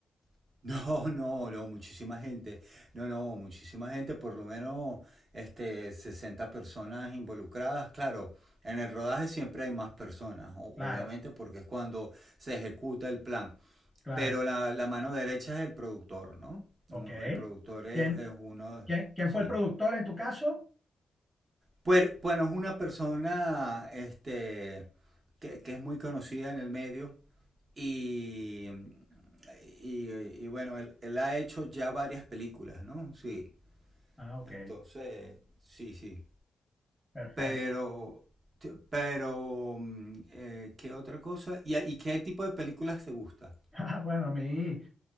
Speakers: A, on the right; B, in the centre.
A: <laughs> No, no, no, muchísima gente. No, no, muchísima gente, por lo menos este, 60 personas involucradas. Claro, en el rodaje siempre hay más personas, o-
B: Claro,
A: obviamente, porque es cuando se ejecuta el plan.
B: claro.
A: Pero la, la mano derecha es el productor, ¿no?
B: Ok.
A: El productor es,
B: ¿Quién,
A: es uno,
B: quién, quién
A: sí.
B: fue el productor en tu caso?
A: Pues, bueno, es una persona este, que, que es muy conocida en el medio y, y, y bueno, él, él ha hecho ya varias películas, ¿no? Sí,
B: Ah, ok.
A: entonces, sí, sí.
B: Perfecto.
A: Pero,
B: <laughs>
A: pero, mm, eh, ¿qué otra cosa? ¿Y, y qué tipo de películas te gusta?
B: Ah, bueno, a mí.